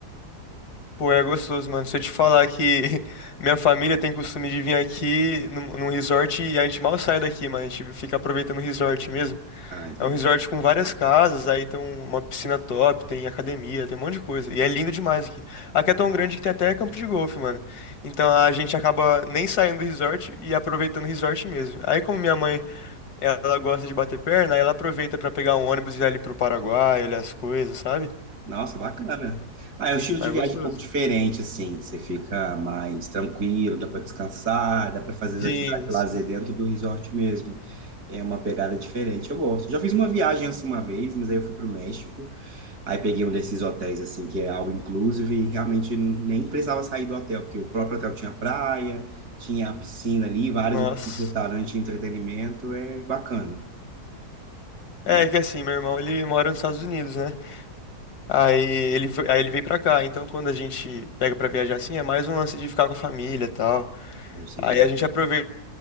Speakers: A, on the left; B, on the right.
A: Pô, é gostoso, mano. Se eu te falar que <laughs> minha família tem costume de vir aqui num, num resort e a gente mal sai daqui, mano. A gente fica aproveitando o resort mesmo.
B: Ah, entendi.
A: É um resort com várias casas, aí tem um- uma piscina top, tem academia, tem um monte de coisa. E é lindo demais aqui. Aqui é tão grande que tem até campo de golfe, mano. Então a gente acaba nem saindo do resort e aproveitando o resort mesmo. Aí como minha mãe, ela gosta de bater perna, aí ela aproveita pra pegar um ônibus e ir ali pro Paraguai, olhar as coisas, sabe?
B: Nossa, bacana. Ah, é um estilo
A: Mas
B: de
A: é
B: viagem
A: gostoso.
B: um pouco diferente, assim. Você fica mais tranquilo, dá para descansar, dá para fazer
A: Sim,
B: as atividades de
A: sim.
B: lazer dentro do resort mesmo. É uma pegada diferente. Eu gosto. Já fiz uma viagem assim uma vez, mas aí eu fui para o México. Aí peguei um desses hotéis, assim, que é all inclusive, e realmente nem precisava sair do hotel, porque o próprio hotel tinha praia, tinha a piscina ali, vários
A: Nossa.
B: restaurantes de entretenimento. É bacana.
A: É
B: É bacana.
A: que assim, meu irmão, ele mora nos Estados Unidos, né? Aí ele, ve- aí ele veio pra cá. Então quando a gente pega pra viajar assim, é mais um lance de ficar com a família e tal.
B: Eu sei
A: Aí
B: como
A: a gente
B: é.
A: aproveita